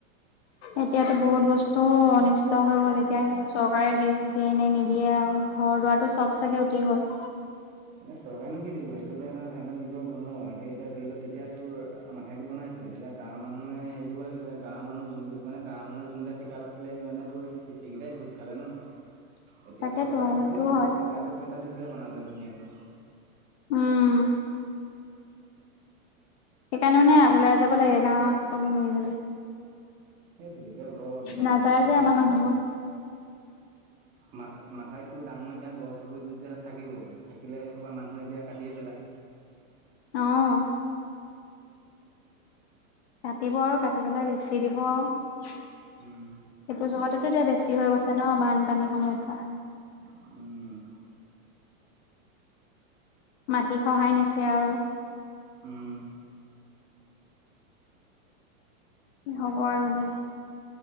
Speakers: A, on the left; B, on the right.
A: এতিয়াতো বহুত বস্তু টো অনিষ্ট হৈ গ'ল এতিয়া সে চৰকাৰে দিয়ে দিয়ে এনে নিদিয়ে আৰু ঘৰ দুৱাৰটো চব চাগে উটি গ'ল
B: এতিয়া চৰকাৰেনো কি দিব সেইটো এতিয়া ধৰ সিহতৰ নিজৰ ভুল ন এতিয়া এতিয়া ধৰি লও যেতিয়া তোৰ মাথাইটো বনাইছিলে এতিয়া গাৱৰ মানুহে হেৰি কৰিব লাগিছিলে এতিয়া গাঁৱ মানুহ জোন মানে গাঁৱ মানুহগেটা ঠিকা লৈছিলে মানে তেই বেগ ঘোষ খালে ন <unintelligible>
A: <unintelligible> <inaudible>
B: এতিয়া
A: তাকেতো
B: চৰকাৰেনো
A: সেইটোও
B: কি দিব
A: হয়,
B: চৰকাৰেতো পইচা দিছিলে বনাবলৈ ধুনীয়াকে
A: উম সেইকাৰণে মানে ওলাই যাব লাগে গাঁৱৰ সকলোৱে মিলি জুলি
B: সেইটোৱে এতিয়া গ
A: নাযায়
B: মাথা
A: যে আমাৰ
B: দাং
A: মানুহবোৰ
B: মাথা মাথাৰিতো ডাঙৰ এতিয়া গছবোৰ যেতিয়া থাকিব থাকিলে হে সোপা মানুহে এতিয়া কাটিয়ে পেলাই
A: অহ কাটিব আৰু কাটি পেলাই বেছি দিব আও সেইটো
B: উম
A: জহতেতো এতিয়া বেছি হৈ গৈছে ন বানপানীৰ সমস্যা
B: উম
A: মাটি খহাই নিছে আৰু
B: উম
A: কি হ'ব আৰু দে